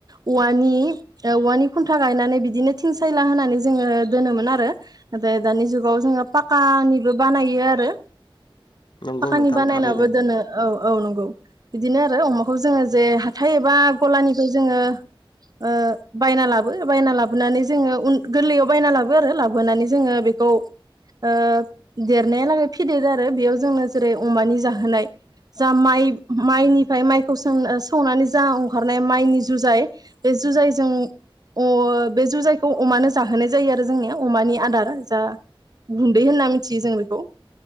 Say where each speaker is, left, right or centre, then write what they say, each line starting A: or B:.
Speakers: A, on the right; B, on the left.
A: औवानि ओ औवानि खुन्था गायनानै बिदिनो थिं सायला होनानै जोङो दोनोमोन आरो नाथाय दानि जुगाव जोङो पाक खानिबो बानायो आरो
B: नंगौ
A: पाखानि
B: नोंथां
A: बानायनाबो
B: थारैनो
A: दोनो औ औ नंगौ बिदिनो आरो अमाखौ जोङो जे हा थाइ एबा गलानिफाय जोङो ओ बायना लाबो बायना लाबोनानै जोङो उन गोरलैयाव बायना लाबो गौ आरो लाबोनानै जोङो बेखौ ओ देरनायालागै फेदेरो आरो बेयाव जोंनो जेरै अमानि जाहोनाय जा माइ माइनिफ्राय माइखौ सौ ओ सौनानै जावखारनाय माइनि जुजाय बे जुजाइजों अ बे जुजाइखौ अमानो जाहोनाय जायो आ रो जोंनिया अमानि आदार जा गुन्दै होनना मिथियो जों बेखौ